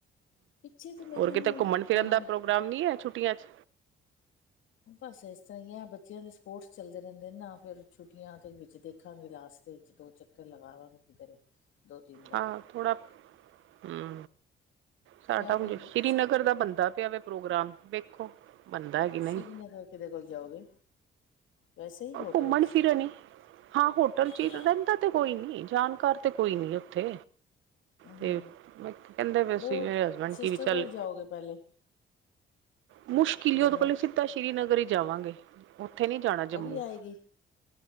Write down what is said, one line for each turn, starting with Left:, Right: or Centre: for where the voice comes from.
Left: ਪਿੱਛੇ ਤੇ ਮੇਰੇ
Right: ਹੋਰ
Left: ਖਿਆਲ
Right: ਕਿਤੇ
Left: ਨਾਲ
Right: ਘੁੰਮਣ ਫਿਰਨ
Left: ਅਹ
Right: ਦਾ ਪ੍ਰੋਗਰਾਮ ਨੀ ਹੈ ਛੁੱਟੀਆਂ ਚ,
Left: ਬਸ ਇਸ ਤਰ੍ਹਾਂ ਹੀ ਹੈ ਬੱਚਿਆਂ ਦੇ ਸਪੋਰਟਸ ਚੱਲਦੇ ਰਹਿੰਦੇ ਨਾ ਫੇਿਰ ਛੁੱਟੀਆਂ ਦੇ ਵਿੱਚ ਦੇਖਾਂਗੇ ਲਾਸਟ ਦੇ ਵਿੱਚ ਦੋ ਚੱਕਰ ਲਗਾਵਾਂਗੇ ਕਿਧਰੇ, ਦੋ ਤਿੰਨ ਦਾ
Right: ਹਾਂ ਥੋੜਾ ਹੂੰ, ਸਾਡਾ
Left: ਇਹ
Right: ਹਣ
Left: ਫਿਰ
Right: ਸ੍ਰੀਨਗਰ ਦਾ ਬਣਦਾ ਪਿਆ ਪ੍ਰੋਗਰਾਮ ਵੇਖੋ ਬਣਦਾ ਹੈ ਕਿ ਨਹੀਂ,
Left: ਸ਼੍ਰੀਨਗਰ ਕਿਹਦੇ ਕੋਲ ਜਾਓਗੇ ਵੈਸੇ ਹੀ ਹੋਟਲ
Right: ਘੁੰਮਣ
Left: ਵਿੱਚ
Right: ਫਿਰਨ ਹੀ ਹਾਂ ਹੋਟਲ ਚ
Left: ਜਾਂ
Right: ਰਹਿੰਦਾ ਤੇ ਕੋਈ ਨੀ ਜਾਣਕਾਰ ਤੇ ਕੋਈ ਨੀ ਉੱਥੇ ਤੇ
Left: ਹੂੰ
Right: ਕਹਿੰਦੇ ਪਏ
Left: ਉਹ
Right: ਸੀ ਮੇਰੇ ਹਸਬੈਂਡ
Left: ਸਿਸਟਰ
Right: ਕੀ ਵੀ
Left: ਕੋਲ
Right: ਚੱਲ
Left: ਜਾਓਗੇ ਪਹਿਲੇ
Right: ਮੁਸ਼ਕਿਲ ਹੀ
Left: ਜੰਮੂ
Right: ਉਦੋ ਕੋਲੋਂ ਸਿੱਧਾ ਸ਼੍ਰੀ ਨਗਰ ਹੀ ਜਾਵਾਂਗੇ। ਉੱਥੇ ਨਹੀਂ ਜਾਣਾ
Left: ਉਹ
Right: ਜੰਮੂ।
Left: ਵੀ ਆਏਗੀ